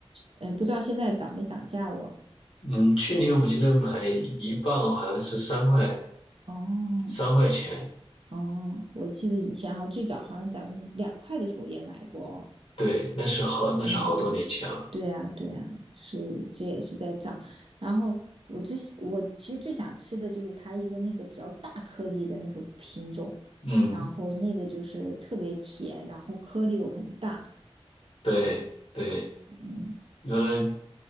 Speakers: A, on the right; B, on the left.
A: 呃，不知道现在涨没涨价我。
B: 嗯，去年我记得买一磅好像是三块
A: 哦，
B: 三块钱，
A: 哦，我记得以前好像最早好像咱们两块的时候也买过哦。
B: 对，那是好，那是好多年前了。
A: 嗯，对呀，对呀，所以这也是在涨。然后我最喜我其实最想吃的就是它一个那个比较大颗粒的那个品种，
B: 嗯，
A: 然后那个就是特别甜，然后颗粒又很大。
B: 对对，
A: 嗯
B: 原来